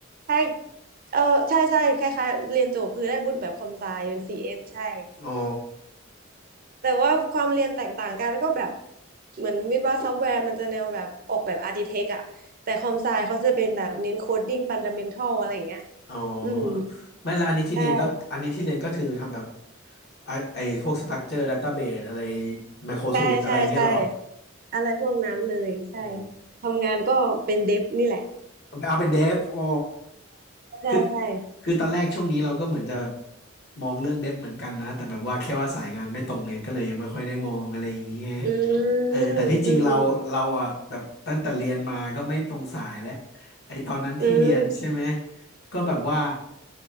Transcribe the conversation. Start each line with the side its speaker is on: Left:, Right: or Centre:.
Right: ใช่เออใช่ใช่คล้ายๆเรียนจบคือได้วุฒิแบบคอมไซเป็นซีเอสใช่
Left: อ๋อ
Right: แต่ว่าความเรียนแตกต่างกันก็แบบเหมือนวิศวะซอฟต์แวร์มันจะแนวแบบออกแบบอาร์ติเทคอะแต่คอมไซเขาจะเป็นแบบเน้นโคดดิ้งฟันดั m เมนทัลอะไรอย่างเงี้ย
Left: อ๋อ
Right: อืม
Left: ไม่ละอันนี้ที่เรียนก็อันนี้ที่เรียนก็คือทำแบบ
Right: ใช่
Left: ไอไอพวกสตั๊กเจอร์ดัตต้าเบสอะไรไมโครสวิตอะไรอย่างเงี้ยเหรอ
Right: ใช่ใช่ใช่อะไรพวกนั้นเลยใช่
Left: โอ้
Right: ทำงานก็เป็นเดฟนี่แหละ
Left: เอาเป็นเดฟโอ้
Right: ใช่ใช่
Left: คือคือตอนแรกช่วงนี้เราก็เหมือนจะแบบมองเรื่องเดฟเหมือนกันนะแต่แบบว่าแค่ว่าสายงานไม่ตรงไงก็เลยยังไม่ค่อยได้มองอะไรอย่างเงี้ย
Right: อื
Left: เออแต่ที่จริงเราเราอ่ะแบบตั้งแต่เรียนมาก็ไม่ตรงสายแล้ว
Right: มอืมอืม
Left: ไอตอนนั้นที่เรียนใช่ไหม
Right: อืม
Left: ก็แบบว่า